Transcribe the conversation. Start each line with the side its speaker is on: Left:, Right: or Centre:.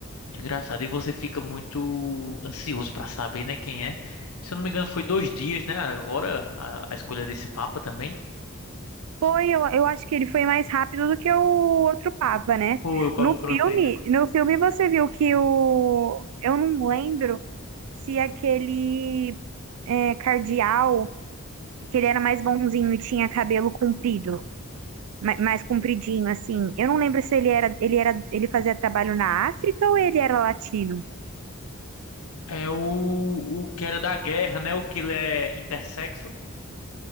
Left: muito engraçado. E você fica muito ansioso pra saber, né, quem é. Se eu não me engano, foi dois dias, né? Agora a, a escolha desse Papa também.
Right: Foi, eu, eu acho que ele foi mais rápido do que o outro Papa, né?
Left: Foi o Papa
Right: No filme,
Left: Francisco.
Right: no filme você viu que o. Eu não lembro se aquele é, cardeal, que ele era mais bonzinho e tinha cabelo comprido, ma- mais compridinho, assim. Eu não lembro se ele era, ele era, ele fazia trabalho na África ou ele era latino.
Left: É o, o que era da guerra, né? O que ele é intersexo.